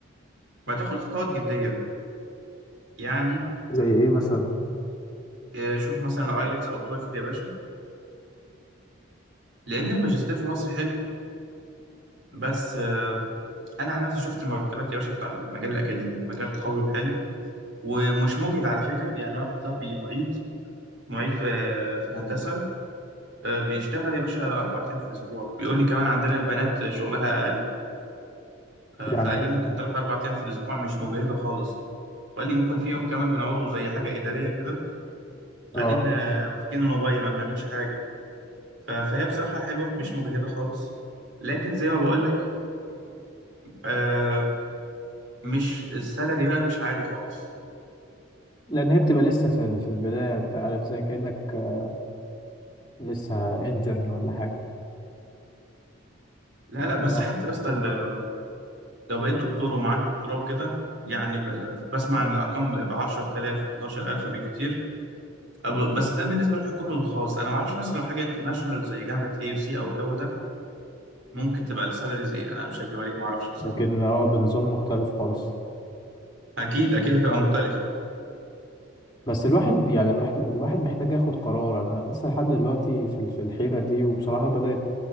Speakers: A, on the right; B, on the left.
A: ما تاخد خطوات جدية يعني
B: زي ايه مثلا
A: آه، شوف مثلا الآيلتس أو التويفل يا باشا لأن الماجستير في مصر حلو بس آه، انا عن نفسي شفت المرتبات يا باشا بتاع المجال الاكاديمي مجال قوي وحلو ومش مجهد على فكره يعني واحد صاحبي معيد معيد في في هندسه آه، بيشتغل يا باشا اربع ايام في الاسبوع بيقول لي كمان عندنا البنات شغلها اقل ف- فقال
B: يعني
A: لي ممكن ثلاث اربع ايام في الاسبوع مش مجهده خالص وقال لي ممكن في يوم كمان بنقعده زي حاجه اداريه كده
B: اه
A: قاعدين آه، ماسكين الموبايل ما بنعملش حاجه ف- فهي بصراحه حلوه مش مجهده خالص لكن زي ما بقول لك آه، مش السالري بقى مش عالي خالص
B: لان هي بتبقى لسه في ال- في البدايه انت عارف زي كانك آه، لسه انترن ولا حاجه
A: لا
B: اه
A: لا بس حتى يا اسطى ال- لو بقيت دكتور ومعاك دكتوراه وكده يعني ب- بسمع ان الارقام ب 10000 11000 بكتير أب- بس ده بالنسبه للحكومي والخاص انا ما اعرفش مثلا لو حاجه انترناشونال زي جامعه اي يو سي او الجو ده ممكن تبقى السالاريز ايه انا مش هكدب عليك ما اعرفش بصراحه
B: لكن اه بنظام مختلف خالص
A: اكيد اكيد هتبقى مختلفه
B: بس الواحد يعني الواحد الواحد محتاج ياخد قرار انا لسه لحد دلوقتي في ال- في الحيره دي وبصراحه بدات